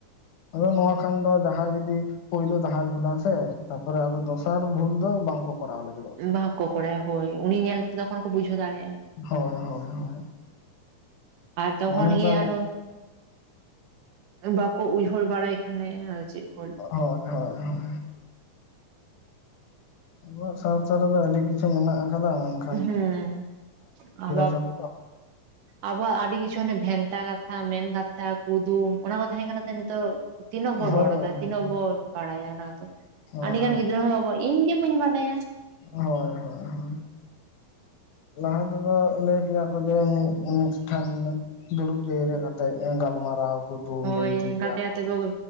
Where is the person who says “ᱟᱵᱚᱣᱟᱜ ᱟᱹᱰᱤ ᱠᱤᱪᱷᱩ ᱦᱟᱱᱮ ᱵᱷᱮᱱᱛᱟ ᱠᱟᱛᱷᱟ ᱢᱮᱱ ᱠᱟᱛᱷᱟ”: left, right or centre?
Right